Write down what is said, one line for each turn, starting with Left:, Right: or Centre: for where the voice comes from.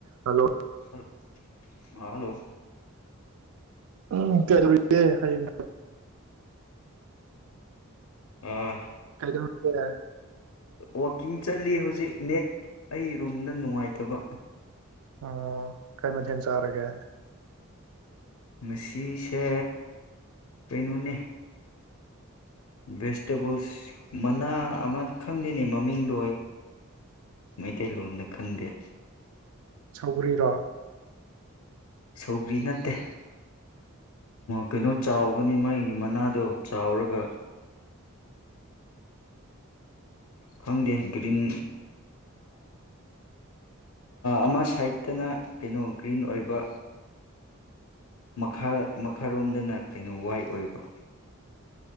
Right: hello
Left: hello ꯑ hello
Right: ꯎꯝ ꯀꯔꯤꯒꯦ ꯍꯌꯦꯡ
Left: ꯑ
Right: ꯀꯩꯗꯔꯒ
Left: ꯋꯀꯤꯡ ꯆꯠꯂꯤ ꯍꯧꯖꯤꯛ ꯅꯦꯠ ꯑꯩ ꯔꯨꯝꯗ ꯅꯨꯡꯉꯥꯏꯇꯕ
Right: ꯑꯣ ꯀꯩ ꯃꯊꯦꯜ ꯆꯥꯔꯒꯦ
Left: ꯉꯁꯦ ꯀꯩꯅꯣꯅꯦ ꯚꯦꯖꯤꯇꯦꯕꯜꯁ ꯃꯅꯥ ꯑꯃ ꯈꯪꯗꯦꯅꯦ ꯃꯃꯤꯡꯗꯣ ꯑꯩ ꯃꯩꯇꯩꯂꯣꯟꯗ ꯈꯪꯗꯦ
Right: ꯁꯧꯒꯔꯤꯔꯣ
Left: ꯁꯧꯒ꯭ꯔꯤ ꯅꯠꯇꯦ ꯀꯩꯅꯣ ꯆꯥꯎꯕꯅꯤ ꯃꯥꯒꯤ ꯃꯅꯥꯗꯣ ꯆꯥꯎꯔꯒ ꯈꯪꯗꯦ ꯒ꯭ꯔꯤꯟ ꯑꯃ ꯁꯥꯏꯠꯇꯅ ꯀꯩꯅꯣ ꯒ꯭ꯔꯤꯟ ꯑꯣꯏꯕ ꯃꯈꯥ ꯃꯈꯥꯔꯣꯝꯗꯅ ꯀꯩꯅꯣ ꯋꯥꯏ ꯑꯣꯏꯕ